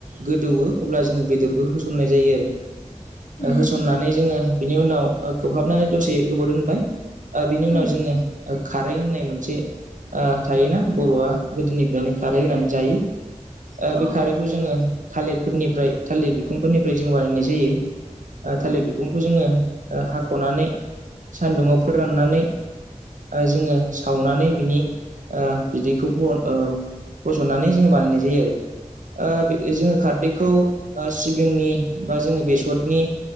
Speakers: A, on the right (about 80°); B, on the left (about 60°).
A: गोदौवो अब्ला जोङो बेदरखौ होसननाय जायो आरो
B: उम
A: ओ होसननानै जोङो बिनि उनाव ओ खोबहाबनानै दसे गोबाव दोनबाय ओ बिनि
B: उम
A: उनाव जोङो ओ खारै होननाय मोनसे ओ थायोना बर'आ गोदोनिफ्रायनो खारै होनानै जायो ओ बे
B: औ
A: खारै बेखौ जोङो थालिरफोरनिफ्राय थालिर बिखुंफोरनिफ्राय जों बानायनाय जायो। ओ थालिर
B: औ
A: बिखुंखौ जोङो ओ हाख'नानै सानदुंयाव फोराननानै ओ जोङो सावनानै बिनि ओ बिदैखौ ब-ओ बसरनानै जोङो बानायनाय जायो आरो। ओ जोङो खारदैखौ ओ सिबिंनि बा जोङो बेसरनि